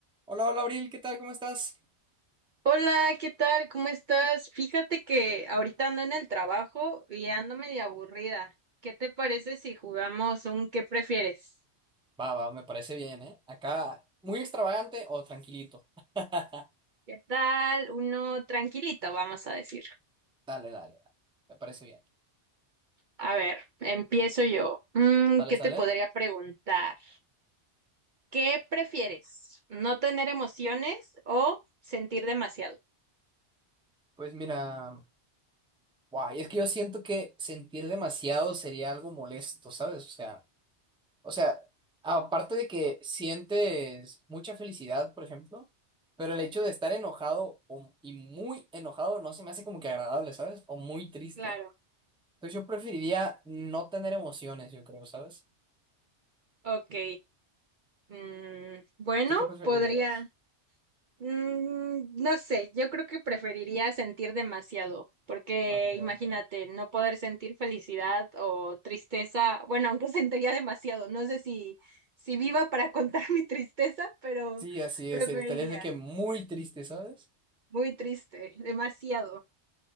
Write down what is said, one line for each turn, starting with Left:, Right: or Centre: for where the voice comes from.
Centre: Hola, hola, Abril, ¿qué tal? ¿Cómo estás?
Right: Hola, ¿qué tal? ¿Cómo estás? Fíjate que ahorita ando en el trabajo y ando medio aburrida. ¿Qué te parece si jugamos un qué prefieres?
Centre: Va, va, me parece bien, ¿eh? Acá, muy extravagante o tranquilito. <laughs> Dale,
Right: ¿Qué tal? Uno tranquilito, vamos a decir.
Centre: dale, dale. Me parece bien.
Right: A ver, empiezo yo. Mm,
Centre: Sale,
Right: ¿qué
Centre: sale.
Right: te podría preguntar? ¿Qué prefieres? ¿No tener emociones o sentir demasiado?
Centre: Pues mira, guay, es que yo siento que sentir demasiado sería algo molesto, ¿sabes? O sea, o sea, aparte de que sientes mucha felicidad, por ejemplo, pero el hecho de estar enojado o- y muy enojado no se me hace como que agradable, ¿sabes? O muy triste.
Right: Claro,
Centre: Entonces yo preferiría no tener emociones, yo creo, ¿sabes?
Right: ok. Mm, bueno,
Centre: ¿Tú qué preferirías?
Right: podría. Mm, no sé, yo creo que preferiría sentir demasiado, porque
Centre: Ok,
Right: imagínate,
Centre: ok.
Right: no poder sentir felicidad o tristeza, bueno, <laughs> aunque sentiría demasiado, no sé si, si viva para contar <laughs> mi tristeza, pero
Centre: Sí, así
Right: preferiría.
Centre: es. Estarías de que muy triste, ¿sabes?
Right: Muy triste, demasiado.